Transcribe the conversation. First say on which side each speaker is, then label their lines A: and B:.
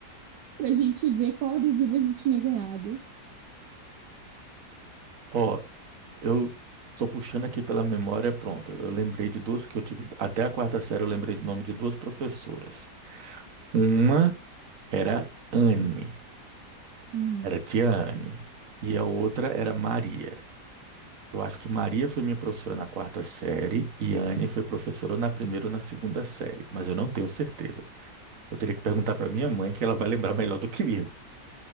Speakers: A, on the right; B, on the right.
A: para a gente ver qual adesivo a gente tinha ganhado.
B: Ó, Eu tô puxando aqui pela memória, pronto. Eu lembrei de duas que eu tive. Até a quarta série eu lembrei do nome de duas professoras. Uma era Anne,
A: Hum,
B: era tia Anne. E a outra era Maria. Eu acho que Maria foi minha professora na quarta série e Anne foi professora na primeira ou na segunda série, mas eu não tenho certeza. Eu teria que perguntar para minha mãe, que ela vai lembrar melhor do que eu.